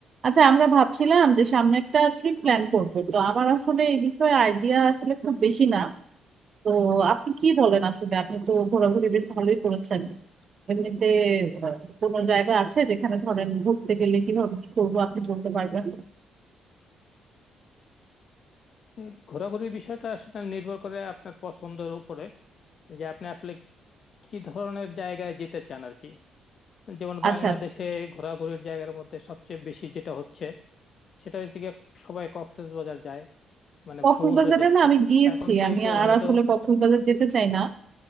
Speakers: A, on the right; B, on the left.
A: আচ্ছা আমরা ভাবছিলাম যে সামনে একটা ট্রিপ প্ল্যান করবো তো আমার আসলে এই বিষয়ে আইডিয়া আসলে খুব বেশি না তো আপনি কি বলেন আসলে আপনি তো ঘোরাঘুরি বেশ ভালোই করেছেন এমনিতে আহ, কোনো জায়গা আছে যেখানে ধরেন ঘুরতে গেলে কিভাবে কি করবো আপনি বলতে পারবেন
B: এই ঘোরাঘুরির বিষয়টা আসলে নির্ভর করে আপনার পছন্দের উপরে যে আপনি আসলে কি ধরনের জায়গায় যেতে চান আর কি যেমন
A: আচ্ছা
B: বাংলাদেশে ঘোরাঘুরির জায়গার মধ্যে সবচেয়ে বেশি যেটা হচ্ছে সেটা হচ্ছে গিয়ে সবাই কক্সবাজার যায় মানে
A: কক্সবাজারে
B: সমুদ্র দেখতে
A: না আমি গিয়েছি
B: এখন কেউ
A: আমি
B: কেউ
A: আর
B: হয়তো
A: আসলে কক্সবাজার যেতে চাই না